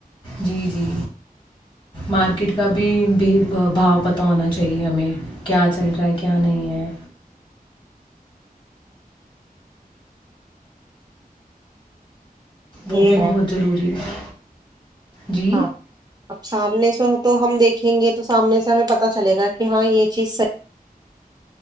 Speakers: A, on the left; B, on the right.
A: جی جی مارکیٹ کا بھی بھی بھاؤ پت ہونا چاہیے ہمیں کیا چل رہا ہے کیا نہیں ہے وہ
B: یہ
A: بھی
B: ہے
A: بہت ضروری ہے جی
B: ہاں اب سامنے سے تو ہم دیکھیں گے تو سامنے سے ہمیں پتا چلے گا کہ ہاں یہ چیزحیح